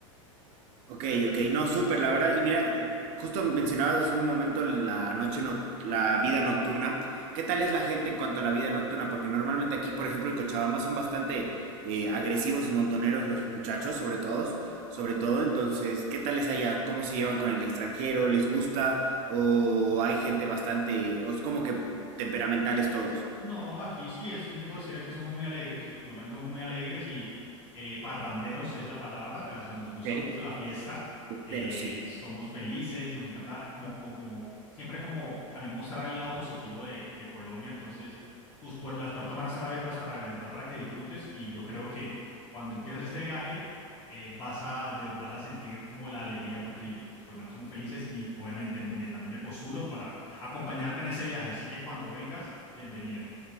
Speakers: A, on the right (about 50°); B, on the left (about 35°).
A: Ok, ok, no, súper, la verdad. Y mira, justo mencionabas hace un momento la noche, noc- la vida nocturna. ¿Qué tal es la gente en cuanto a la vida nocturna? Porque normalmente aquí, por ejemplo, en Cochabamba son bastante eh, agresivos y montoneros los muchachos, sobre todos, sobre todo. Entonces, ¿qué tal es allá? ¿Cómo se llevan con el extranjero? ¿Les gusta? ¿O hay gente bastante, o es como que temperamentales todos?
B: No, aquí sí es, aquí te puedo decir, aquí somos muy alegres, los colombianos somos muy alegres y eh, parranderos es la palabra, o sea, nos gusta
A: Ok.
B: mucho la fiesta, eh,
A: Pero sí.
B: somos felices, nos encanta como, co- como, siempre como también mostrar el lado positivo de, de Colombia, entonces tus puer- las puertas van a estar abiertas para de verdad para que disfrutes y yo creo que cuando empieces este viaje eh, vas a de verdad a sentir como la alegría porque l- los colombianos somos felices y obviamente me, también me postulo para acompañarte en ese viaje, así que cuando vengas... Bienvenido.